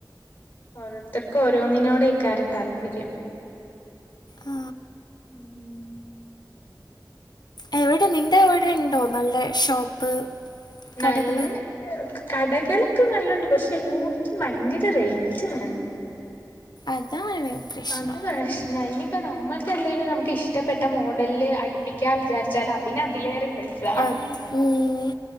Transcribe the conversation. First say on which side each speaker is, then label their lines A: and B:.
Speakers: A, on the left (about 25°); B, on the left (about 65°).
A: ഓരോര്ത്തർക്കും ഓരോന്നിനോടെക്കാരം താല്പര്യം.
B: ആ.
A: ഉം
B: എവടെ നിന്റെ അവടെ ഇണ്ടോ നല്ല ഷോപ്പ്?
A: നല്ല
B: കടകൾ
A: കടകളൊക്കെ നല്ലോണ്ട് പക്ഷെ ല്ലോട്ത്തും ഭയങ്കര റേയ്റ്റ് ആണ്.
B: അതാണ് പ്രശ്നം
A: അത് പ്രശ്നാ ഇനിപ്പ നമ്മക്ക് എന്തെലും നമുക്ക് ഇഷ്ടപ്പെട്ട മോഡൽല്ല് അടി പ്പിക്കാ വിചാരിച്ചാല് അതിന് അതിലേറെം പൈസ
B: അത് ഉം